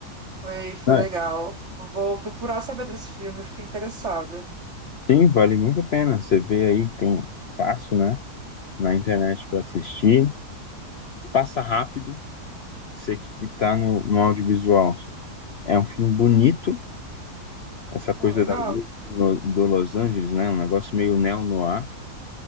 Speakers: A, on the right; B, on the left.
A: Foi, foi
B: Ah,
A: legal. Eu vou procurar saber desse filme, eu fiquei interessada.
B: sim, vale muito a pena. Você vê aí, tem fácil, né? Na internet pra assistir. Passa rápido, você que que tá no, no audiovisual. É um filme bonito, essa coisa
A: Pô, legal.
B: da noite no- do Los Angeles, né? Um negócio meio neo-noir.